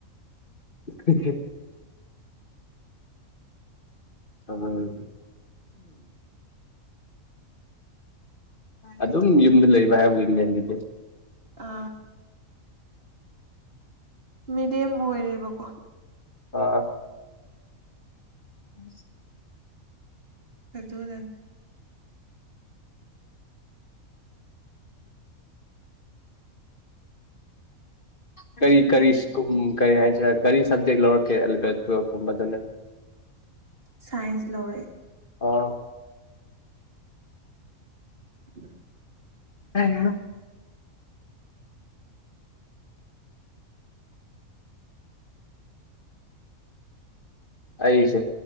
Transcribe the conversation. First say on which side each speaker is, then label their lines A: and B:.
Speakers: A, on the left; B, on the right.
A: ꯀꯀꯦ ꯆꯃꯝ ꯑꯗꯨꯝ ꯌꯨꯝꯗ ꯂꯩꯕ ꯍꯥꯏꯕꯗꯨꯅꯦ ꯑꯗꯨꯗꯤ
B: ꯑ ꯃꯤꯦꯗꯤꯝ ꯑꯣꯏꯔꯔꯤꯕ ꯀꯣ
A: ꯑꯥ ꯑꯝ
B: ꯑꯗꯣ ꯅꯗ
A: ꯀꯔꯤ ꯀꯔꯤ
B: ꯌꯥꯝ
A: ꯁ꯭ꯀꯨꯝ ꯀꯔꯤ ꯍꯥꯏꯁꯤꯔ ꯀꯔꯤ ꯁꯕꯖꯦꯛ ꯂꯧꯔꯛꯀꯦ ꯑꯦꯂꯚꯦꯟ ꯇꯨꯋꯦꯜꯀꯨꯝꯕꯗꯨꯅ
B: ꯁꯥꯏꯟꯁ ꯂꯧꯔꯦ
A: ꯑ
B: ꯎ
A: ꯑ ꯑꯩꯁꯦ